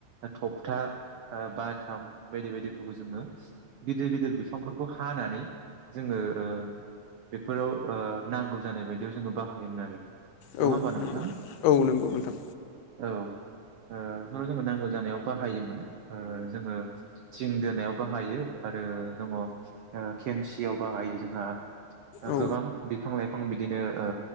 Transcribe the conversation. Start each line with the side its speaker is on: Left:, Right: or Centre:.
Right: थपथा बाथाम बायदि बायदिफोरखौ जोङो। गिदिर गिदिर बिफांफोरखौ हानानै जोङो ओ बेफोराव नांगौ जानाय बायदियाव जोङो बाहायोमोन आरो, नङा
Left: औ
Right: होमबा नोंथां?
Left: नंगौ औ नंगौ नोंथां
Right: औ। ओ बेफोर जो नांगौ जानायाव बाहायोमोन ओ जोङो थिं दोनायाव बाहायो। आरो दङ ओ खेमसियाव बाहायो जोंहा
Left: औ
Right: गोबां बिफां लाइफां बिदिनो ओ